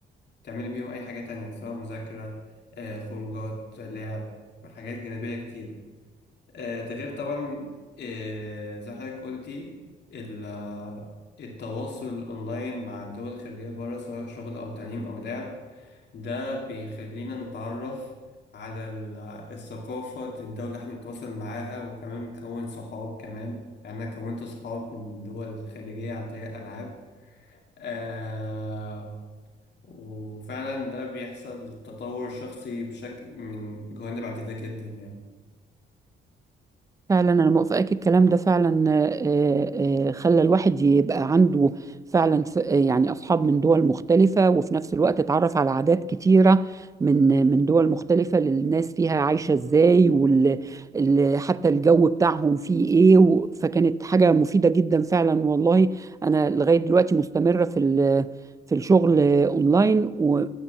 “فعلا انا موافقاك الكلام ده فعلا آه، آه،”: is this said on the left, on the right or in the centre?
Right